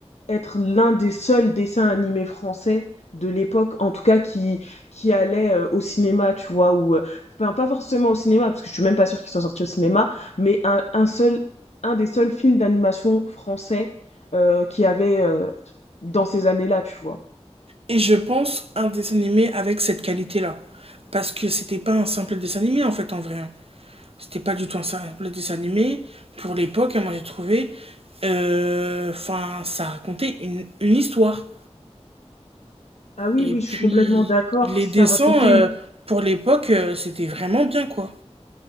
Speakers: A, on the left (about 75°); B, on the right (about 60°).
A: être l'un des seuls dessins animés français de l'époque, en tout cas qui qui allait euh, au cinéma, tu vois, ou euh, enfin, pas forcément au cinéma parce que je suis même pas sûre qu'ils soient sortis au cinéma, mais un, un seul un des seuls films d'animation français euh, qui avait euh, dans ces années-là, tu vois.
B: Et je pense un dessin animé avec cette qualité-là. Parce que c'était pas un simple dessin animé en fait en vrai. hein. C'était pas du tout un simple dessin animé. Pour l'époque, hein, moi j'ai trouvé. Enfin, euh, enfin, ça racontait une, une histoire.
A: Ah oui,
B: Et
A: oui,
B: puis,
A: je suis complètement d'accord.
B: les
A: Ça
B: dessins,
A: racontait
B: euh, pour l'époque, euh, c'était vraiment bien, quoi.